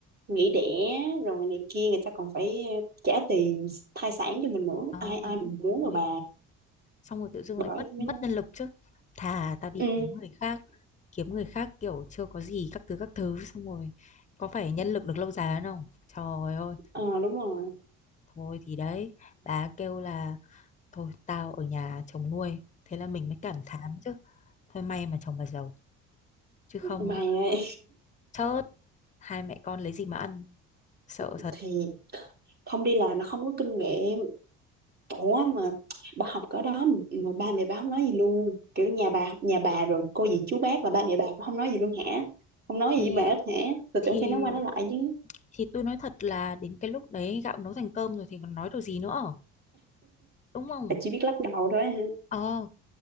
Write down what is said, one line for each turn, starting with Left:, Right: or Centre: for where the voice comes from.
Right: nghỉ đẻ rồi này kia người ta còn phải trả tiền thai sản cho mình nữa
Left: Ờ
Right: ai ai
Left: đúng
Right: mình muốn
Left: rồi.
Right: rồi bà
Left: xong rồi tự dưng
Right: bởi
Left: lại mất
Right: tôi
Left: mất
Right: mới nói
Left: nhân lực chứ thà tao đi
Right: ừ,
Left: kiếm người khác kiếm người khác kiểu chưa có gì các thứ các thứ xong rồi có phải nhân lực được lâu dài hơn không trời ơi
Right: ờ, đúng rồi
Left: thôi thì đấy bà kêu là thôi tao ở nhà chồng nuôi thế là mình mới cảm thán chứ thôi may mà chồng bà giàu chứ không
Right: mày
Left: á
Right: ấy,
Left: chớt hai mẹ con lấy gì mà ăn sợ
Right: <laughs>
Left: thật
Right: thì không đi làm là không có kinh nghiệm ủa mà bà học cỡ đó mà mà ba mẹ bà không nói gì luôn kiểu nhà bà nhà bà rồi cô dì chú bác là ba mẹ bà cũng không nói gì luôn hả không nói
Left: thì
Right: gì với bà hết hả tôi
Left: thì
Right: tưởng phải nói qua nói lại chứ
Left: thì tôi nói thật là đến cái lúc đấy gạo nấu thành cơm rồi thì còn nói được gì nữa đúng không
Right: bà chỉ biết lắc đầu thôi hả
Left: Ờ,